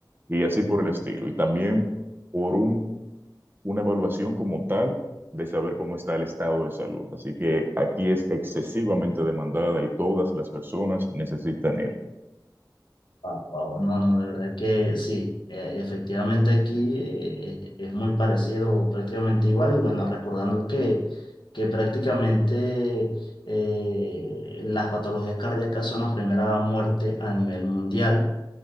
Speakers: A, on the right; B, on the left.
A: y así por el estilo. Y también por un una evaluación como tal de saber cómo está el estado de salud. Así que aquí es excesivamente demandada y todas las personas necesitan ir.
B: Wow, wow. No, no, de verdad que sí, eh, efectivamente aquí eh, eh, es muy parecido, o prácticamente igual, y bueno, recordando que, que prácticamente eh, las patologías cardíacas son la primera muerte a nivel mundial,